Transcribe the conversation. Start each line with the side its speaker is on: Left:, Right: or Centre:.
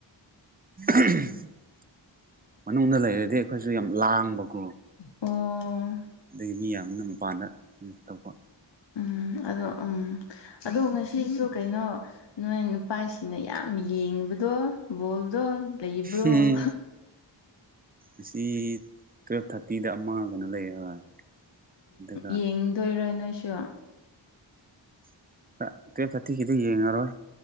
Right: <inaudible> ꯃꯅꯨꯡꯗ ꯂꯩꯔꯗꯤ ꯑꯩꯈꯣꯏꯁꯨ ꯌꯥꯝ ꯂꯥꯡꯕꯀꯣ
Left: ꯑꯣ
Right: ꯑꯗꯒꯤ ꯃꯤ ꯌꯥꯝꯅ ꯃꯄꯥꯟꯗ ꯀꯩꯅꯣ ꯇꯣꯛꯄ
Left: ꯎꯝ ꯑꯗꯣ ꯎꯝ ꯑꯗꯣ ꯉꯁꯤꯁꯨ ꯀꯩꯅꯣ ꯅꯣꯏ ꯅꯨꯄꯥꯁꯤꯡꯅ ꯌꯥꯝ ꯌꯦꯡꯕꯗꯣ ꯕꯣꯜꯗꯣ ꯂꯩꯕ꯭ꯔꯣ
Right: ꯎꯝ ꯑꯁꯤ ꯇꯨꯌꯦꯜꯞ ꯊꯥꯔꯇꯤꯗ ꯑꯃꯒꯅ ꯂꯩꯔꯦ ꯍꯣꯏ ꯑꯗꯨꯒ
Left: ꯌꯦꯡꯗꯣꯏꯔ ꯅꯣꯏꯁꯨ
Right: <inaudible> ꯇꯦ ꯐꯇꯤꯒꯤꯗ ꯌꯦꯡꯉꯔꯣꯏ